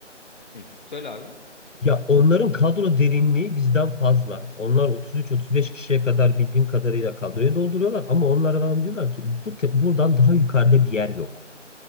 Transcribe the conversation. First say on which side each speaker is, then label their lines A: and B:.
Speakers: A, on the left; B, on the left.
A: Hı, söyle abi.
B: ya onların kadro derinliği bizden fazla. Onlar 33-35 kişiye kadar bildiğim kadarıyla kadroyu dolduruyorlar ama onlardan diyorlar ki bu te- buradan daha yukarıda bir yer yok.